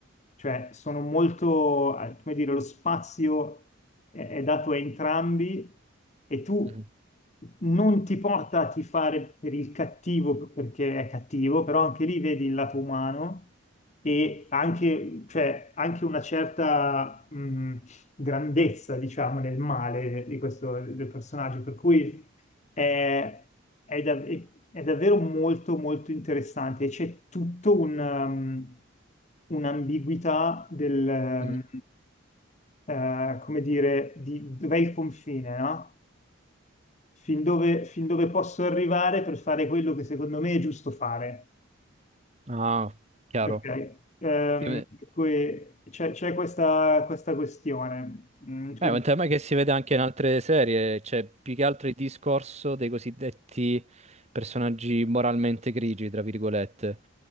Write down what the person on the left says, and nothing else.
Cioè, sono molto, eh, come dire, lo spazio è, è dato a entrambi e tu
non ti porta a tifare per il cattivo perché è cattivo, però anche lì vedi il lato umano e anche, cioè, anche una certa, mh, grandezza, diciamo, nel male di questo del personaggio, per cui è, è dav- è davvero molto molto interessante. C'è tutto un, um, un'ambiguità del, um,
eh, come dire, di dov'è il confine, no? Fin dove, fin dove posso arrivare per fare quello che secondo me è giusto fare.
Ok? Ehm,
per cui c'è c'è questa, questa questione. Mm, quindi-